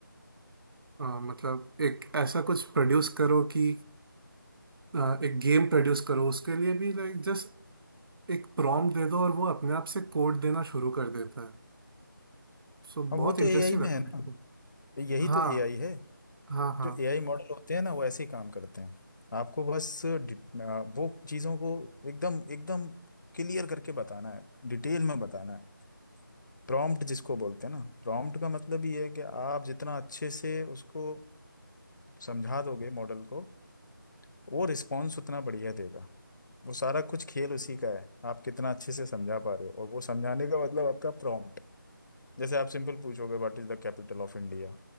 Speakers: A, on the right; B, on the left.
A: मतलब एक ऐसा कुछ प्रोड्यूस करो कि अ, एक गेम प्रोड्यूस करो उसके लिए भी लाइक जस्ट एक प्रॉम्प्ट दे दो और वो अपने आप से कोड देना शुरू कर देता है सो
B: हाँ
A: बहुत
B: वो
A: इंटरेस्टिंग
B: तो एआई में
A: लगा
B: है ना
A: मेरे को
B: यही
A: हाँ
B: तो एआई है
A: हाँ हाँ
B: जो एआई मॉडल होते हैं ना वो ऐसे ही काम करते हैं आपको बस डि- आ, वो चीज़ों को एकदम एकदम क्लियर करके बताना है डिटेल में बताना है प्रॉम्प्ट जिसको बोलते हैं ना प्रॉम्प्ट का मतलब ये है कि आप जितना अच्छे से उसको समझा दोगे मॉडल को वो रिस्पॉन्स उतना बढ़िया देगा वो सारा कुछ खेल उसी का है आप कितना अच्छे से समझा पा रहे हो और वो समझाने का मतलब आपका प्रॉम्प्ट जैसे आप सिंपल पूछोगे what is the capital of India